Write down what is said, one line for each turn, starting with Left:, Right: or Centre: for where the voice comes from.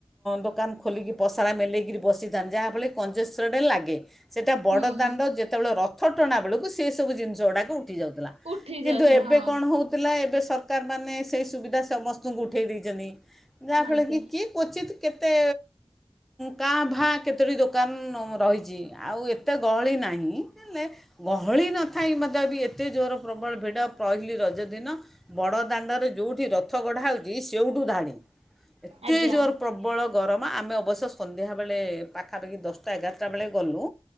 Centre: ଦୋକାନ ଖୋଲିକି ପସରା ମେଲେଇକିରି ବସିଥାନ୍ତି ଯାହାଫଳରେ କି କଂଜୁଷ୍ଟ୍ଡ ଲାଗେ ସେଇଟା ବଡ଼
Right: ହୁଁ।
Centre: ଦାଣ୍ଡ ଯେ ସେତେବେଳେ ରଥ ଟଣା ବେଳକୁ ସେ ସବୁ ଜିନିଷ ଗୁଡାକ ଉଠି ଯାଉଥିଲା,
Right: ଉଠି ଯାଉଛ
Centre: କିନ୍ତୁ ଏବେ
Right: ହଁ
Centre: କଣ ହଉ ଥିଲା ଏବେ ସରକାରମାନେ ସେଇ ସୁବିଧା ସମସ୍ତଙ୍କୁ ଉଠେଇ ଦେଇଛନ୍ତି, ଯାହାଫଳରେ
Right: ଆଜ୍ଞା
Centre: କି
Right: ହୁଁ
Centre: କି କୁଚିତ୍ କେତେ କାଁ ଭାଁ କେତୋଟି ଦୋକାନ ରହିଛି। ଆଉ ଏତେ ଗହଳି ନାହିଁ। ହେଲେ ଗହଳି ନଥାଇ ମଧ୍ୟ ବି ଏତେ ଜୋର ପ୍ରବଳ ଭିଡ଼ ପହିଲି ରଜଦିନ ବଡ଼ ଦାଣ୍ଡରେ ଯୋଉଠି ରଥ ଗଢା ହେଉଛି ସେଉଠୁ ଧାଡି। ଏତେ
Right: ଆଜ୍ଞା। ଆଜ୍ଞା
Centre: ଜୋର ପ୍ରବଳ ଗରମ ଆମେ ଅବଶ୍ୟ ସନ୍ଧ୍ୟା ବେଳେ ପାଖାପାଖି ଦଶ ଦଶଟା ଏଗାରଟା ବେଳେ ଗଲୁ,